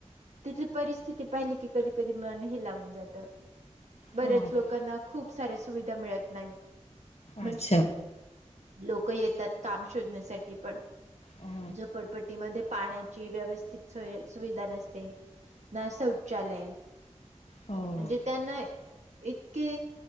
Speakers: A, on the right; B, on the left.
A: तिथली परिस्थिती पाहिली की कधी कधी मन हे लावून जात. बर्याच
B: हो
A: लोकांना
B: हो
A: खूप सऱ्या सुविधा मिळत नाहीत म्हणजे
B: अच्छा
A: लोक येतात काम शोधण्यासाठी पण
B: हो
A: झोपडपटी पाण्याची व्यवस्थित सुविधा नसते ना शौचालय
B: हो
A: म्हणजे त्यांना इतके